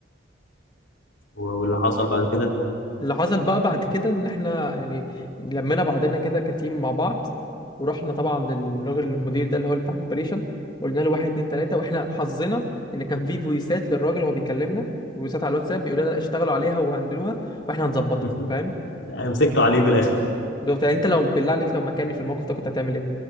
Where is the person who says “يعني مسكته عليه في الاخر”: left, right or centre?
Left